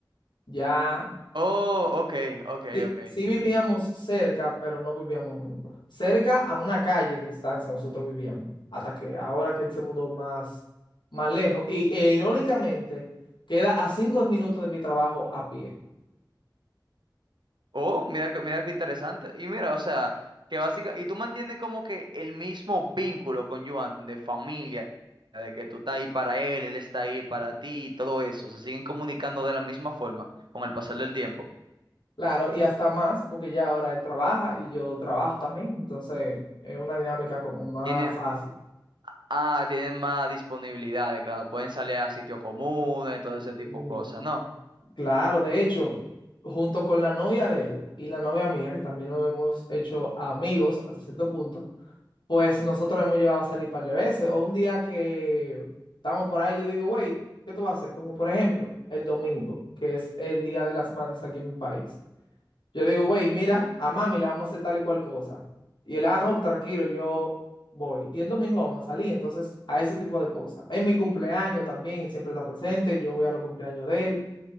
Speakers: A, on the left; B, on the right.
A: ya
B: Oh, ok, ok,
A: Sí,
B: ok.
A: sí vivíamos cerca, pero no vivíamos juntos. Cerca a una calle de distancia nosotros vivíamos, hasta que ahora que él se mudó más, más lejos. Y e, irónicamente, queda a cinco minutos de mi trabajo a pie.
B: Oh, mira que, mira qué interesante. Y mira, o sea, que básicamente, y tú mantienes como que el mismo vínculo con Joan de familia, de que tú estás ahí para él, él está ahí para ti y todo eso. Se siguen comunicando de la misma forma con el pasar del tiempo.
A: Claro, y hasta más, porque ya ahora él trabaja y yo trabajo también. Entonces, es una dinámica como más
B: Tiene,
A: fácil.
B: Ah, tienen más disponibilidades, claro. Pueden salir a sitios comunes, todo ese
A: Y
B: tipo de cosas, ¿no?
A: claro, de hecho, junto con la novia de él y la novia mía, que también nos hemos hecho amigos hasta cierto punto, Pues nosotros hemos llegado a salir un par de veces. O un día que estamos por ahí, yo le digo, güey, ¿qué tú vas a hacer? Como por ejemplo, el domingo, que es el Día de las Madres aquí en mi país. Yo digo, güey, mira, a mami le vamos a hacer tal y cual cosa. Y él, ah, no, tranquilo, yo voy. Y el domingo vamos a salir. Entonces, a ese tipo de cosas. En mi cumpleaños también, él siempre está presente. Yo voy a los cumpleaños de él.